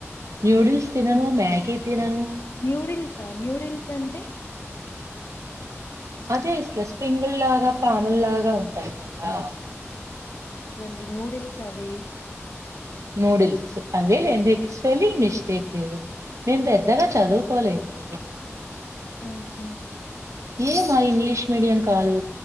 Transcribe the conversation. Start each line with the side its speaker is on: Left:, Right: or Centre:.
Right: నూడల్స్ తినను మ్యాగి తినను
Left: న్యూడిల్సా న్యూడిల్స్ అంటే
Right: అదే ఇట్లా స్ప్రింగుల్లాగా పాముల్లాగా ఉంటాయి కదా
Left: ది నూడిల్స్ అవి
Right: నూడిల్స్ అవేలేండి స్పెల్లింగ్ మిస్టేక్ మేం పెద్దగా చదువుకోలేము
Left: ఉ హు
Right: ఏ మా ఇంగ్లీష్ మీడియం కాదు